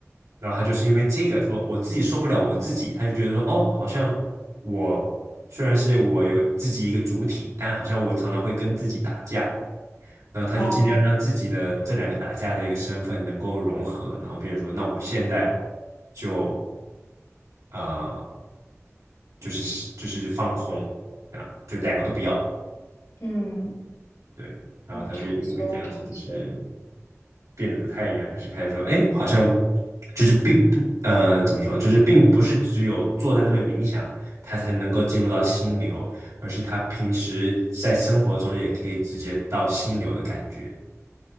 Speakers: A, on the right; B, on the left.
A: 然后他就是因为这个说我自己受不了我自己，他就觉得说哦，好像我虽然是我有自己一个主体，但好像我常常会跟自己打架，然后他就尽量让自己的这两个打架的一个身份能够融合，
B: 哦，
A: 然后变成说那我现在就呃就是就是放空，啊，就两个都不要。
B: 嗯。
A: 对，然后他就因为这样子，
B: 哦，长修长修，
A: 就是变得不太一样，就是开始说，哎，好像就是并不，呃，怎么说，就是并不是只有坐在那边冥想，他才能够进入到心流，而是他平时在生活中也可以直接到心流的感觉。